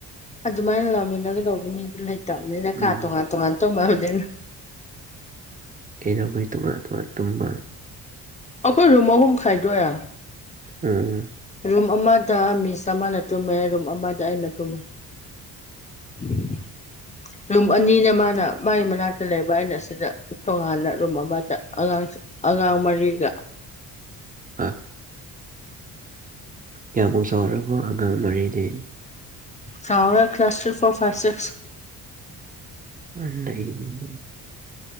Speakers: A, on the left (about 20°); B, on the right (about 20°).
A: ꯑꯗꯨꯃꯥꯏꯅ ꯂꯧꯃꯤꯟꯅꯒꯗꯧꯕ ꯃꯤꯗꯨ ꯂꯩꯇꯕꯅꯤꯅ
B: ꯎꯝ
A: ꯀꯥ ꯇꯣꯉꯥꯟ ꯇꯣꯉꯥꯟ <unintelligible>
B: ꯀꯩꯗꯧꯕꯩ ꯇꯣꯉꯥꯟ ꯇꯣꯉꯥꯟ ꯇꯨꯝꯕ
A: ꯑꯩꯈꯣꯏ ꯔꯨꯝ ꯑꯍꯨꯝ ꯈꯥꯏꯗꯣꯛꯑꯦ
B: ꯎꯝ
A: ꯔꯨꯝ ꯑꯃꯗ ꯃꯤꯁ ꯑꯃꯅ ꯇꯨꯝꯃꯦ ꯔꯨꯝ ꯑꯃꯗ ꯑꯩꯅ ꯇꯨꯝꯃꯦ ꯎꯝ ꯔꯨꯝ ꯑꯅꯤꯅ ꯃꯥꯅ ꯃꯥꯒꯤ ꯃꯅꯥꯛꯇ ꯂꯩꯕ ꯑꯩꯅ ꯑꯁꯤꯗ ꯇꯣꯉꯥꯟꯅ ꯔꯨꯝ ꯑꯃꯗ ꯑꯉꯥꯡ ꯑꯉꯥꯡ ꯃꯔꯤꯒ
B: ꯑꯥ ꯀꯌꯥꯃꯨꯛ ꯆꯥꯎꯔꯕ ꯑꯉꯥꯡ ꯃꯔꯤꯗꯤ
A: ꯆꯥꯎꯔꯦ class three four five six
B: <unintelligible>